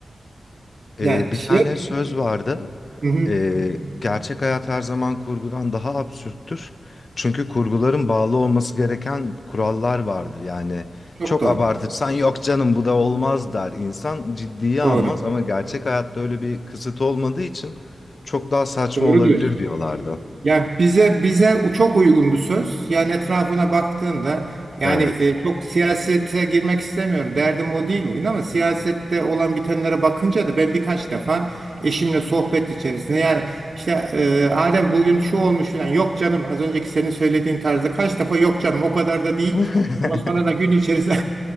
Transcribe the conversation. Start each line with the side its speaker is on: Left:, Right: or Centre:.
Left: Ee,
Right: Yani
Left: bir
Right: şey,
Left: tane söz vardı.
Right: Hı hı,
Left: Ee, gerçek hayat her zaman kurgudan daha absürttür. Çünkü kurguların bağlı olması gereken kurallar vardır. Yani
Right: çok
Left: çok
Right: doğru.
Left: abartırsan yok canım bu da olmaz der. İnsan ciddiye
Right: Doğru.
Left: almaz ama gerçek hayatta öyle bir kısıt olmadığı için çok daha saçma
Right: Doğru
Left: olabilir
Right: diyorsun.
Left: diyorlardı.
Right: Ya bize bize u- çok uygun bir söz. Yani etrafına baktığında yani
Left: Evet.
Right: e, çok siyasete girmek istemiyorum. Derdim o değil bugün ama siyasette olan bitenlere bakınca da ben birkaç defa eşimle sohbet içerisinde yani işte e, Adem bugün şu olmuş filan yok canım az önceki senin söylediğin tarzda kaç defa yok canım o kadar da değil
Left: <laughs>
Right: ama sonra da gün içerisinde